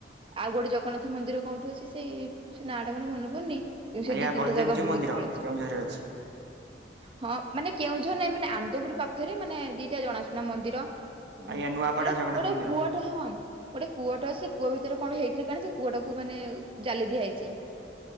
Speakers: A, on the right (about 30°); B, on the right (about 70°).
A: ଆଉ ଗୋଟେ ଜଗନ୍ନାଥ ମନ୍ଦିର କୋଉଠି ଅଛି ସେଇ ସେ ନାଁ ଟା ମୋର ମନେ ପଡୁନି ମୁଁ ବି ସେ
B: ଆଜ୍ଞା
A: ଦି ତିନଟା
B: ବଳଦେବଜୀଉ
A: ଜାଗା ବୁଲିକି
B: ମନ୍ଦିର
A: ପଳେଆସିବି।
B: କେଉଁଝରରେ ଅଛି।
A: ହଁ ମାନେ କେଉଁଝର ନାଇଁ ମାନେ ଆନନ୍ଦପୁର ପାଖେରେ ମାନେ ଦିଟା ଜଣାଶୁଣା ମନ୍ଦିର ହୁଁ
B: ଆଜ୍ଞା ନୂଆପଡା
A: ଯୋଟା
B: ଜଗନ୍ନାଥ
A: ଗୋଟେ
B: ମନ୍ଦିର
A: କୁଅ ହଁ ଗୋଟେ କୂଅଟେ ଅଛି ସେ କୂଅ ଭିତରେ କଣ ହେଇଥିଲା କେଆଣି ସେ କୂଅଟାକୁ ମାନେ ଜାଲି ଦିଆହେଇ ଚି।